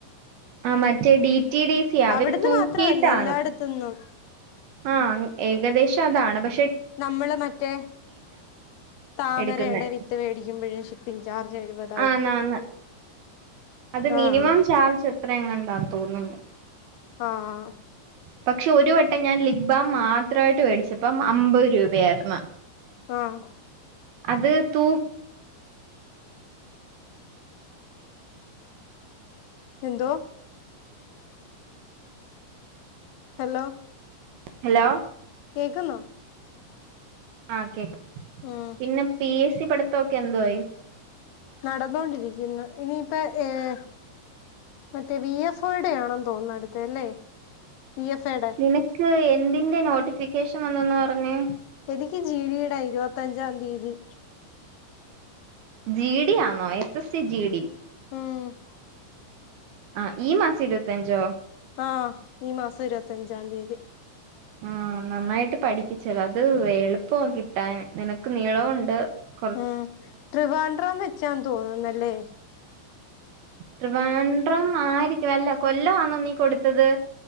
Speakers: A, on the right; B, on the left.
A: ആ മറ്റേ ഡി റ്റി ഡി സി യാ
B: അവിടുന്ന്
A: അവര് തൂക്കീട്ടാണ്
B: മാത്രമല്ല എല്ലായിടത്തുന്നും
A: ആഹ് ഏകദേശം അതാണ് പ
B: നമ്മള് മറ്റേ താമരയുടെ
A: എടുക്കുന്നെ
B: വിത്ത് വേടിക്കുമ്പഴ് പിൻ ചാർജ്ജ് എഴുപത്
A: ആന്ന് ആന്ന് അത് മിനിമം
B: ആഹ്
A: ചാർജ് എത്രയങ്ങാണ്ടാന്ന് തോന്നുന്നു
B: ആഹ്
A: പക്ഷെ ഒരു വട്ടം ഞാൻ ലിപ് ബാം മാത്രവായിട്ട് മേടിച്ചപ്പം അമ്പത് രൂപയായിരുന്നു
B: ആഹ്
A: അത് തൂ
B: എന്തോ ഹലോ
A: ഹലോ
B: കേക്കുന്നോ
A: ആഹ് കേക്കാം
B: ഉം
A: പിന്നെ പി എസ് സി പഠിത്തവൊക്കെ എന്തായി
B: നടന്നോണ്ടിരിക്കുന്ന് ഇനിപ്പ ഏഹ് മറ്റേ വി എഫ് ടെ ആണന്ന് തോന്നു അടുത്തെ ലെ വി എഫ്ടെ.
A: നിനക്ക് എന്തിന്റെ നോട്ടിഫിക്കേഷൻ വന്നന്ന് പറഞ്ഞെ?
B: എനിക്ക് ജീ ഡി ടെ ഇരുപത്തഞ്ചാം തീതി.
A: ജി ഡി ആന്നോ S S C G D..
B: ഉം
A: ആഹ് ഈ മാസ ഇരുപത്തിഅഞ്ചോ
B: ആഹ ഈ മാസം ഇരുപത്തിഞ്ചാം തീയതി
A: ആഹ് നന്നായിട്ട് പഠിപ്പിച്ചതാ അത് എളുപ്പം കിട്ടാൻ നിനക്ക് നീളവും ണ്ട്.
B: ഉം ട്രിവാഡ്രം വെച്ചാ തോന്നുന്നല്ലേ.?
A: ട്രിവാണ്ട്രം ആയിരിക്കും അല്ല കൊല്ലന്നോ നീ കൊടുത്തത്.?